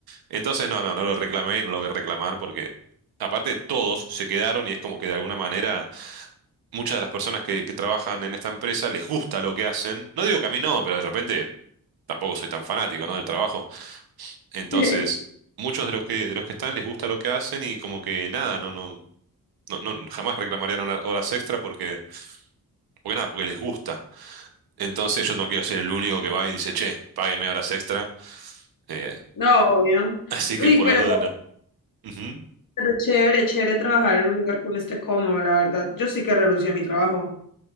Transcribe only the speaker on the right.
Entonces, no, no, no lo reclamé y no lo voy a reclamar porque, aparte, todos se quedaron y es como que de alguna manera muchas de las personas que, que trabajan en esta empresa les gusta lo que hacen. No digo que a mí no, pero de repente tampoco soy tan fanático, ¿no? del trabajo. Entonces,
muchos de los que, de los que están les gusta lo que hacen y como que nada, no, no, no, no jamás reclamarían hora- horas extra porque, porque nada, porque les gusta. Entonces yo no quiero ser el único que va y dice, che, págueme horas extra. Eh, <laughs>
así
que por
las dudas no. Ujú.